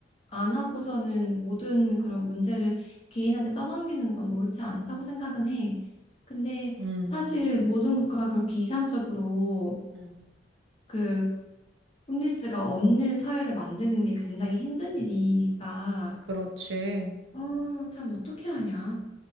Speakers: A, on the left; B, on the right.
A: 안 하고서는 모든 그런 문제를 개인한테 떠넘기는 건 옳지 않다고 생각은 해. 근데
B: 음,
A: 사실 모든 국가가 그렇게 이상적으로
B: 음,
A: 그 홈리스가 없는 사회를 만드는 게 굉장히 힘든 일이니까
B: 그렇지.
A: 아, 참 어떻게 하냐.